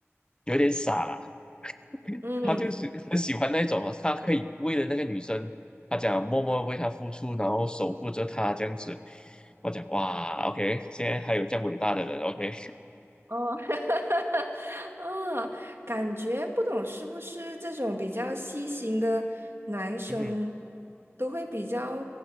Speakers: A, on the left; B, on the right.
A: 有点傻啦，
B: 嗯。
A: 他就是很喜欢那种啊，他可以为了那个女生，他讲默默为她付出，然后守护着她这样子。我讲哇，OK，现在还有这样伟大的人，OK，
B: 哦，<laughs> 啊，感觉不懂是不是这种比较细心的男生
A: 嗯哼，
B: 都会比较